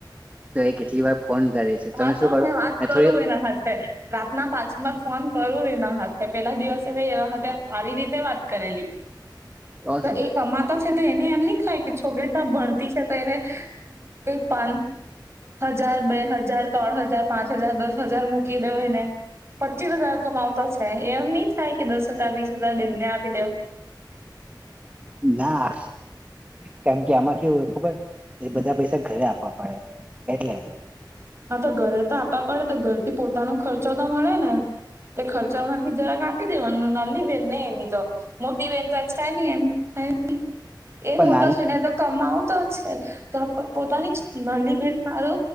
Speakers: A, on the right; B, on the right.
A: તો એ કેટલી વાર ફોન કરે. છે તમે
B: હા
A: શું
B: તો
A: કરો
B: મેં વાત કરું
A: થોડી
B: એના હથે. રાતના પાછમાં ફોન કરું એના હથે પેલા દિવસે મે એવા હતા સારી રીતે વાત કરેલી.
A: <inaudible>
B: તો
A: શું
B: એ કમાતો છે તો એને એમ નહી થાય કે છોકરી ત ભણતી છે તો એને કઈ પાચ હજાર બે હજ હજાર ત્રણ હજાર પાંચ હજાર દસ હજાર મૂકી દવ એને. પચીસ હજાર કમાવતો છે એમ નહી થાય કે દસ હજાર બીસ હજાર બેનને આપી દેવ.
A: ના કેમ કે આમાં કેવું હોય ખબર? એ બધા પૈસા ઘરે આપવા પડે એટલે.
B: હા તો ઘરે તો આપવા પડે તો ઘર થી પોતાનો ખર્ચો તો મળે ને ખર્ચામાંથી જરાક આપી દેવાનું નાલી બેન નહી એની તો મોટી બેહેન તો ચ્છે ન એમ થ એ
A: પણ
B: મોટો શને
A: ના,
B: તો કમ આવતો જ છે, તો પોતાની નલીબેન સારો